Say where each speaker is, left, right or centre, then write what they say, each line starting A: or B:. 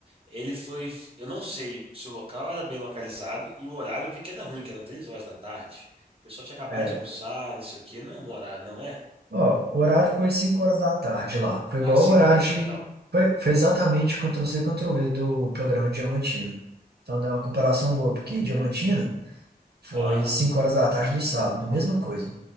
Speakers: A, on the right; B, on the right.
A: Ele foi, eu não sei se o local era bem localizado e o horário eu vi que era ruim, que eram três horas da tarde. O pessoal tinha acabado
B: É.
A: de almoçar, não sei o quê. Não é um bom horário, não é?
B: Ó, o horário foi 5 horas da tarde lá. Foi
A: Ah,
B: igual
A: cinco
B: o horário
A: horas,
B: de.
A: perdão.
B: Foi, foi exatamente Ctrl-C, Ctrl-V do programa de Diamantina. Então deu uma comparação boa, porque em Diamantina Foi
A: Aham,
B: 5 horas da tarde do sábado, mesma coisa.